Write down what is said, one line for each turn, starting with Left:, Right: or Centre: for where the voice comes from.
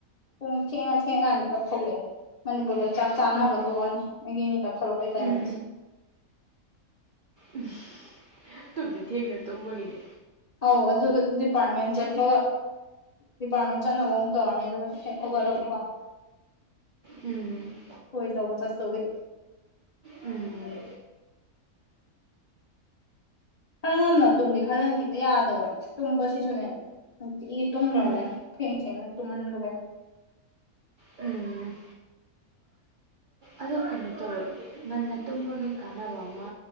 Left: ꯄꯨꯆ ꯀꯥꯟꯅꯤꯒ ꯐꯦ ꯃꯅꯤꯄꯨꯔꯗ ꯆꯞ ꯆꯥꯅꯕ
Right: ꯎꯝ
Left: ꯇꯣꯛꯑꯅꯤ ꯑꯩꯒꯤ ꯀꯥꯞꯊꯣꯔꯛꯄꯒꯤ ꯇꯥꯏꯃꯤꯡꯁꯦ
Right: ꯎꯝ ꯎꯝ ꯑꯗꯨꯕꯨꯗꯤ ꯊꯦꯡꯅ ꯇꯨꯝꯕꯒꯤꯅꯦ
Left: ꯑꯧ ꯑꯗꯨ ꯗꯤꯄꯥꯔꯃꯦꯟ ꯆꯦ ꯐ ꯗꯤꯄꯥꯔꯠꯃꯦꯟ ꯆꯠꯅꯕ ꯑꯃꯨꯛ ꯇꯧꯔꯅꯤ ꯑꯗꯨꯒ ꯍꯦꯛ ꯍꯧꯒꯠꯂꯄ
Right: ꯎꯝ
Left: ꯍꯣꯏ ꯇꯧꯕ ꯆꯠ ꯇꯧꯋꯤ
Right: ꯎꯝ
Left: ꯈꯔ ꯉꯟꯅ ꯇꯨꯝꯒꯦ ꯈꯜꯂꯅꯤ ꯍꯦꯛꯇ ꯌꯥꯗꯕ ꯇꯨꯝꯕꯁꯤꯁꯨꯅꯦ ꯅꯨꯡꯇꯤꯒꯤ ꯇꯨꯝꯈ꯭ꯔꯕꯅꯦ
Right: ꯎꯝ
Left: ꯊꯦꯡ ꯇꯨꯃꯒꯦꯁ
Right: ꯎꯝ ꯑꯣ ꯀꯩꯅꯣ ꯇꯧꯋꯦ ꯉꯟꯅ ꯇꯨꯝꯕꯒꯤ ꯀꯥꯟꯅꯕ ꯑꯃ